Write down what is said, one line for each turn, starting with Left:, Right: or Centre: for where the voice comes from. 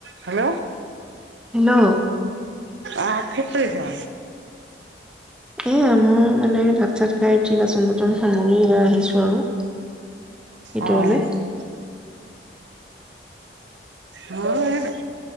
Right: Hello.
Centre: Hello.
Right: অ' কি কৰিছা?
Centre: এ, মই মানে ভাত চাত খাই উঠি বাচন বৰ্তন সামৰি আহিছোঁ আৰু। ভিতৰলৈ
Right: অ। <unintelligible> মৌ সেই